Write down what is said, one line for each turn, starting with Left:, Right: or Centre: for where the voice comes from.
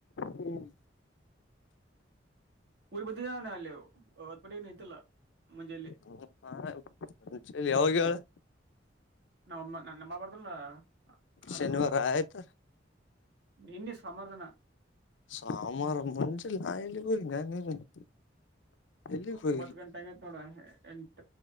Left: ಹ್ಮ್
Right: ಊರಿಗಿ ಬಂದಿದ್ದೆ ನಾವೂ ಅಲ್ಲಿ ಹೊಸಪೇಟೆಗೂನ ಇದ್ದಿಲ್ಲ ಮುಂಜೆಲ್ಲಿ. <inaudible>
Left: ಹೂ ಹ ನಾಳೆ. <inaudible> ಹು ಚಳಿ ಯಾವಾಗ? <inaudible>
Right: ನಮ್ಮಮ್ಮ, ನನ್ನಮ್ಮ ಮಾತಾಡ್ಕೊಂಡು ಹಾಲು
Left: ಶನಿವಾರ
Right: ತಗೊಂಡು. <inaudible>
Left: ಆಯ್ತ
Right: ನಿನ್ನೇ ಸೋಮಾರ್ ದಿನ. <inaudible>
Left: ಸೋಮಾರ್ ಮುಂಜಲೆ ನಾನು ಎಲ್ಲಿಗೆ ಹೋಗಿನ್ಯಾ ನೀನು. <inaudible> ಎಲ್ಲಿಗ್ ಹೋಗಿಲ್ಲ
Right: ಒಂಬತ್ ಗಂಟೆ ಆಯ್ತೇ ನೋಡು. ಎಂಟು! <inaudible>